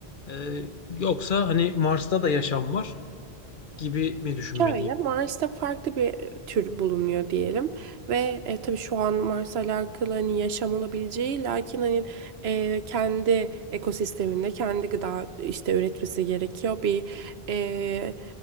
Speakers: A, on the left; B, on the right.
A: E, yoksa hani Mars'ta da yaşam var gibi mi düşünmeliyim?
B: Şöyle Mars'ta farklı bir e, tür bulunuyor diyelim ve e, tabii şu an Mars'la alakalı hani yaşam olabileceği lakin hani e, kendi ekosisteminde kendi gıda işte üretmesi gerekiyor bir e,